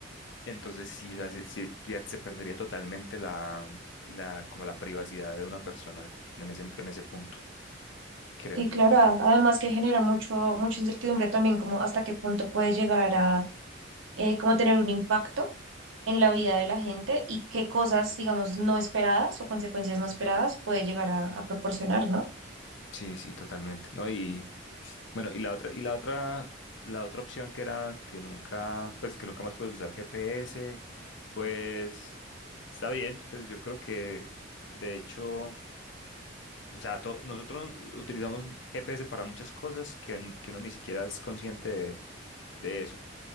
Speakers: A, on the left; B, on the right.
A: entonces sí, o sea, se, se pier- se perdería totalmente la, la, como la privacidad de una persona en ese, en ese punto, creo
B: Sí,
A: yo.
B: claro, a- además que genera mucho, mucha incertidumbre también, como hasta qué punto puede llegar a eh, como tener un impacto en la vida de la gente y qué cosas, digamos, no esperadas o consecuencias no esperadas puede llegar a, a proporcionar, ¿no?
A: Sí, sí, totalmente. No, y bueno, y la otra, y la otra, la otra opción que era que nunca, pues que nunca más puedes usar GPS, pues está bien, pues yo creo que de hecho, o sea, to- nosotros utilizamos GPS para muchas cosas que, n- que uno ni siquiera es consciente de, de eso.